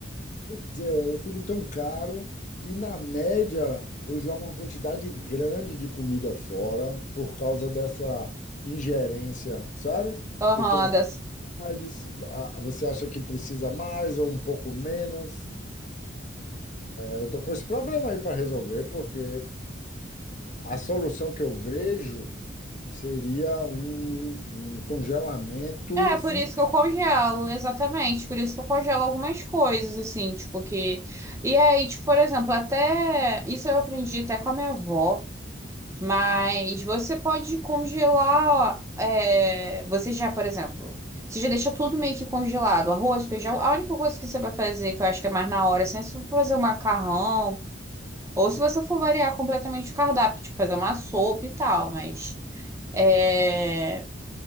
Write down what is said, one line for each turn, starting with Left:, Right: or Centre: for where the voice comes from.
Left: Quer dizer, é tudo tão caro e na média eu jogo uma quantidade grande de comida fora por causa dessa ingerência, sabe?
Right: Aham,
Left: Pequenas
Right: das...
Left: partes, ah, você acha que precisa mais ou um pouco menos? Eu estou com esse problema aí para resolver, porque a solução que eu vejo seria um, um congelamento
Right: É, por
Left: funcional.
Right: isso que eu congelo, exatamente. Por isso que eu congelo algumas coisas, assim, tipo que... E aí, tipo, por exemplo, até... Isso eu aprendi até com a minha avó. Mas você pode congelar... é, Você já, por exemplo... Você já deixa tudo meio que congelado. Arroz, feijão... A única coisa que você vai fazer, que eu acho que é mais na hora, assim, é se você for fazer um macarrão... Ou se você for variar completamente o cardápio, tipo, fazer uma sopa e tal, mas... É,